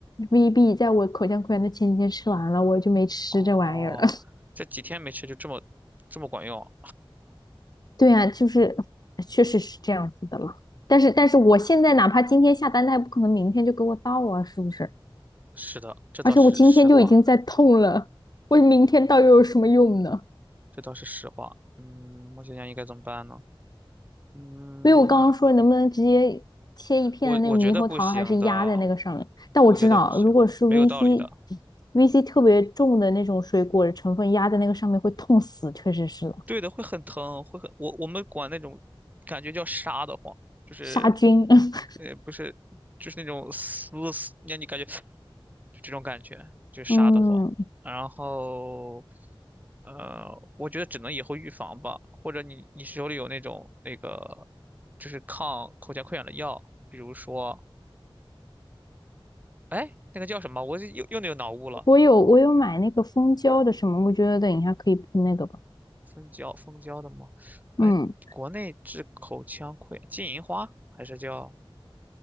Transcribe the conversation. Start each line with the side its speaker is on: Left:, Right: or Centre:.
Left: VB 在我口腔溃疡的前几天吃完了，我就没吃这玩意儿了。
Right: 哦，这几天没吃就这么这么管用？
Left: 对啊，就是确实是这样子的了。但是，但是我现在哪怕今天下单，他也不可能明天就给我到啊，是不是？
Right: 是的，这倒是实话，
Left: 而且我今天就已经在痛了，我明天到又有什么用呢？
Right: 这倒是实话。嗯，我想想应该怎么办呢？嗯，
Left: 所以我刚刚说能不能直接切一片的那个猕猴桃，
Right: 我我觉得不行的，
Left: 还是压在那个上面？但我知道，
Right: 我觉得不行的，
Left: 如果是
Right: 没有道理的。
Left: VC VC 特别重的那种水果的成分压在那个上面会痛死，确实是了，
Right: 对的，会很疼，会很，我我们管那种感觉叫杀得慌，就是
Left: 杀菌。<laughs>
Right: 呃不是，就是那种撕撕，让你感觉就这种感觉，就杀得慌。
Left: 嗯，
Right: 然后呃，我觉得只能以后预防吧，或者你你手里有那种那个就是抗口腔溃疡的药，比如说哎那个叫什么，我又又有脑雾了，
Left: 我有我有买那个蜂胶的什么，我觉得等一下可以喷那个吧。
Right: 蜂胶蜂胶的吗？哎，
Left: 嗯，
Right: 国内治口腔溃疡金银花还是叫？